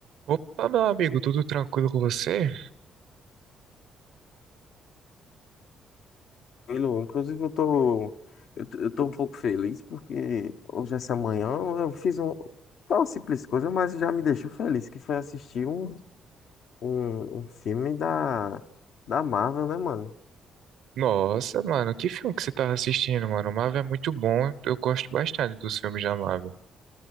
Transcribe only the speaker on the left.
Tranquilo. Inclusive, eu tô, eu, t- eu tô um pouco feliz porque hoje, essa manhã, eu fiz um, foi uma simples coisa, mas já me deixou feliz, que foi assistir um, um, um filme da, da Marvel, né, mano?